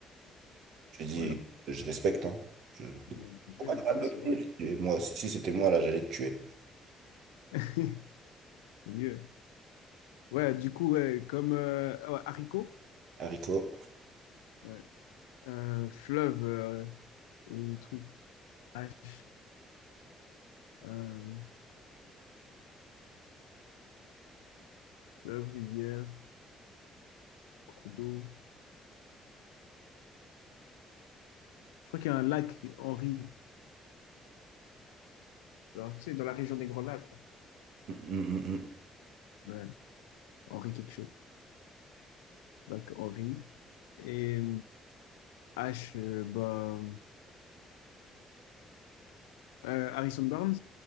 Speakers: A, on the right; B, on the left.
A: J'ai dit,
B: Voilà.
A: je respecte, hein. Je...
B: Bon, j'ai-
A: Pourquoi t'aurais
B: Ouais,
A: bloqué?
B: c'est vrai.
A: J'ai dit, Moi, si, si c'était moi, là, j'allais te tuer.
B: <laughs> Au mieux. Ouais, du coup, ouais, comme euh, ah ouais, haricot.
A: Haricot.
B: Ouais. Euh, fleuve, euh, au truc. H. Euh, fleuve, rivière, cours d'eau. Je crois qu'il y a un lac Henri. Genre, tu sais, dans la région des Grands Lacs. quoi.
A: Mm, mm,
B: Ouais. Henri quelque chose. Lac Henri. Et H, euh, bah, euh, Harrison Barnes,